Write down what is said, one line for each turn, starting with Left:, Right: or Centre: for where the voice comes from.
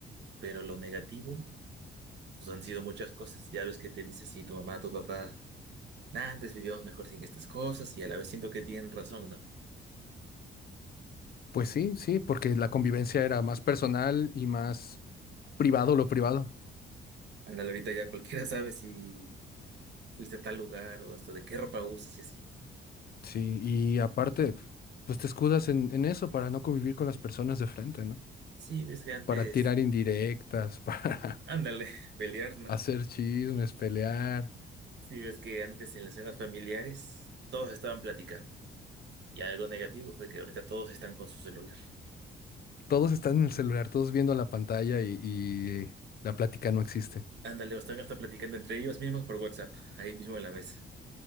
Right: Pero lo negativo, pues han sido muchas cosas. Ya ves que te dice, sí, tu mamá, tu papá, "Nah, antes vivíamos mejor sin estas cosas y a la vez siento que tienen razón, ¿no?
Left: Pues sí, sí, porque la convivencia era más personal y más privado lo privado.
Right: Ándale, ahorita ya cualquiera <laughs> sabe si fuiste a tal lugar o hasta de qué ropa usas y así.
Left: Sí, y aparte, pues te escudas en, en eso para no convivir con las personas de frente, ¿no?
Right: Sí, ves que antes,
Left: Para tirar indirectas, <laughs> para
Right: ándale, <laughs> pelear, ¿no?
Left: hacer chismes, pelear.
Right: Sí, ves que antes en las cenas familiares todos estaban platicando. Y algo negativo fue que ahorita todos están con su celular.
Left: Todos están en el celular, todos viendo la pantalla y, y la plática no existe.
Right: Ándale, o están hasta platicando entre ellos mismos por WhatsApp, ahí mismo en la mesa.